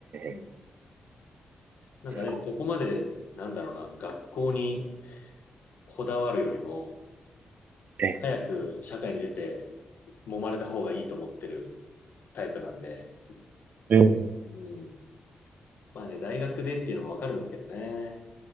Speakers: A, on the left; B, on the right.
A: うん
B: え。
A: なんかね、
B: そうですか
A: そこまで、なんだろうな、学校にこだわるよりも、
B: え
A: 早く社会に出て、揉まれた方がいいと思ってるタイプなんで、
B: え。うん。
A: うん。まあね、大学でっていうのもわかるんですけどね。